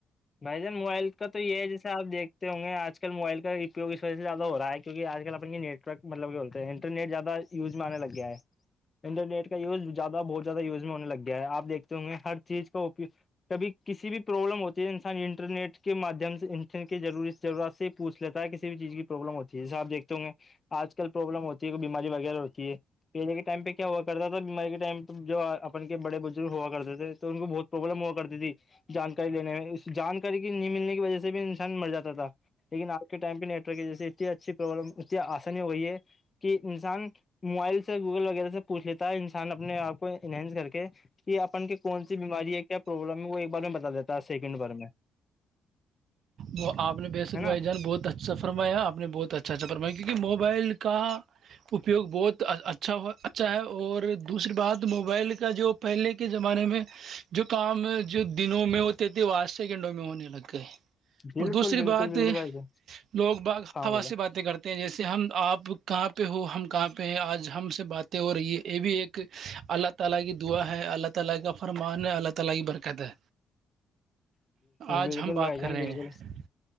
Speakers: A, on the left; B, on the right.
A: بھائی جان موبائل کا تو یہ ہے جیسے آپ دیکھتے ہو گے آج کل موبائل کا اپیوگ و سے زیادہ ہو رہا ہے کیونکہ آج کل اپن کے نیٹ ورک مطلب بولتے ہیں انرنیٹ زیادہ یوز میں انے لگا ہے انٹرنیٹ کا یوز زیادہ بہت زیادہیوز ہو لگ گیا ہے آپ دیکھتے ہو گے ہر چیز کا اپ کبھی کسی بھی پرابلم ہوتا انسان انٹرنیٹ کے مادھیم سے ان کے ضرورت سے پوچھ لیتا ہے کسی بھی چیز کی پرابلم ہوتی جیسے آ دیکھتے ہو گے آج کل پروابلم ہوتی ہے کوئی بیماری وغیرہ ہوتی ہے پی جے کے ٹائم پہ کیا ہوا کرتا تھا بیماری کے ٹائم پہ جو اپن کے بڑے بزرگ ہوا کرتے تھے تو ان کو بہت پروابلم ہوا کرتی تھی جانکاری لینے میں اس جانکاری کی نہیں ملنے کی وجہ سے بھی انسان مر جاتا تھا لیکن آج کے ٹائم پہ نیٹورک جیے اتنی اچھی پرابلم اتنی آسانی ہو گئی ہے کہ انسان موبائل سے گوگل وغیرہ سے پوچھ لیتا ہے انسان اپنے آپ کو انہینس کر کے کہ اپن کی کون سی بیماری ہے کیا پروابلم ہے وہ ایک بارے میں بتا دیتا ہے سیکنڈ بار میں
B: وہ آ نے بے سک
A: ہے نا
B: بھائی جان بہت اچھا سا فرمایا آپ نے بہت اچھا اچھا فرمایا کیونکہ موبائل کا اپیوگ بہت اچھا ہو اچھا ہے اور دوسری بات موبائل کا جو پہلے کے زمانے میں جو کام جو دنوں میں ہوتے تھے وہ آج سیکنڈوں میں ہونے لگ گئے
A: بالکل
B: اور دوسری
A: بالکل
B: بات
A: بالکل بھائی جان
B: لوگ باغ
A: ہاں
B: ہوا
A: بولا
B: سے باتیں کرتے جیسے ہم آپ کہاں پہ ہو ہم کہاں پہ ہیں آج ہم سے باتیں اور یہ یہ بھی ایک اللہ تعالی کی دعا ہے اللہ تعالی کا فرمان ہے اللہ تلا ہی برکت ہے آج
A: بالکل
B: ہم بات
A: بھائی
B: کر
A: جان
B: رہے
A: بالکل
B: ہیں